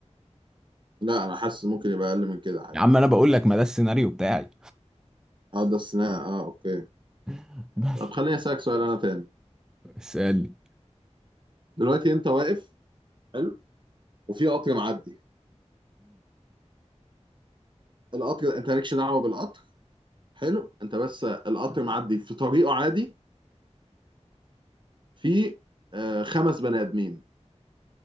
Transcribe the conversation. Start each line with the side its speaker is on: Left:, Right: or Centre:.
Right: لا انا حاسس ممكن يبقى اقل من كده عادي
Centre: يا عم انا بقول لك ما ده السيناريو بتاعي
Right: اه ده استثناء اه اوكي
Centre: <laughs> بس
Right: طب خليني اسالك سؤال انا تاني
Centre: اسألني
Right: دلوقتي انت واقف حلو وفي قطر معدي القطر انت مالكش دعوه بالقطر حلو انت بس القطر معدي في طريقه عادي في آه خمس بني ادمين